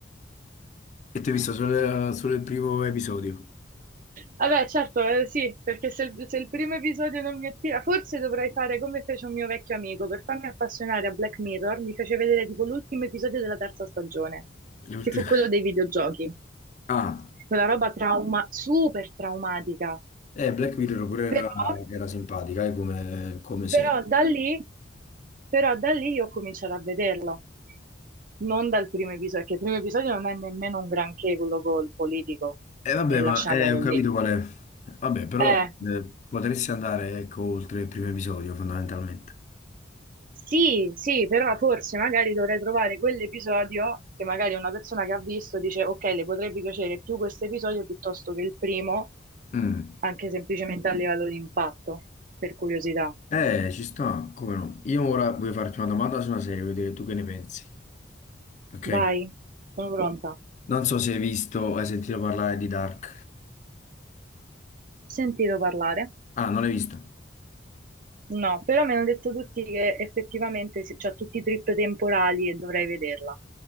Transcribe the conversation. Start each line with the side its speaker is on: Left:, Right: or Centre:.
Left: e ti ho visto solo, solo il primo episodio,
Right: Vabbè, certo, eh, sì, perché se, il se il primo episodio non mi attira, forse dovrei fare come fece un mio vecchio amico, per farmi appassionare a Black Mirror, mi fece vedere tipo l'ultimo episodio della terza stagione,
Left: l'ultimo.
Right: che fu quello dei videogiochi,
Left: Ah,
Right: quella roba trauma, super traumatica,
Left: eh, Black Mirror pure era,
Right: però,
Left: era simpatica, eh, come, come sei.
Right: però da lì, però da lì io comincerò a vederlo, non dal primo episodio, perché il primo episodio non è nemmeno un granché quello col politico,
Left: E vabbè,
Right: e lasciamolo
Left: ma eh, ho capito
Right: lì.
Left: qual è. Vabbè, però
Right: Eh,
Left: eh, potresti andare, ecco, oltre il primo episodio, fondamentalmente.
Right: Sì, sì, però forse magari dovrei trovare quell'episodio che magari una persona che ha visto dice, ok, le potrebbe piacere più questo episodio piuttosto che il primo,
Left: Mm.
Right: anche semplicemente a livello di impatto, per curiosità.
Left: Eh, ci sta, come no. Io ora voglio farti una domanda su una serie, voglio vedere tu che ne pensi, ok?
Right: Vai, sono pronta.
Left: Non so se hai visto o hai sentito parlare di Dark.
Right: Sentito parlare?
Left: Ah, non l'hai visto?
Right: No, però mi hanno detto tutti che effettivamente se- c'ha tutti i trip temporali e dovrei vederla.